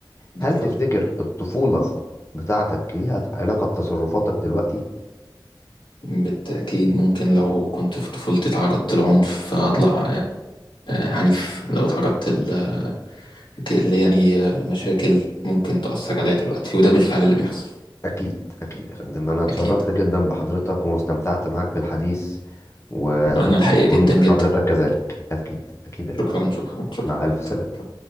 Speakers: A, on the left; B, on the left.
A: اتفضل
B: هل
A: اتفضل
B: تفتكر الطفوله بتاعتك ليها علاقه بتصرفاتك دلوقتي
A: بالتأكيد ممكن لو كنت في طفولتي اتعرضت لعنف فأطلع آه، عنيف لو اتعرضت ل- اللي يعني آه، مشاكل ممكن تأثر عليا دلوقتي وده بالفعل اللي بيحصل
B: اكيد اكيد يا فندم انا اتشرفت
A: أكيد
B: جدا بحضرتك واستمتعت معاك بالحديث واتمنى
A: وأنا الحقيقة
B: تكون
A: جدا جدا
B: حضرتك كذلك اكيد اكيد يا فندم
A: شكرا شكرا شكرا
B: مع ألف سلامة
A: شكرا شكرا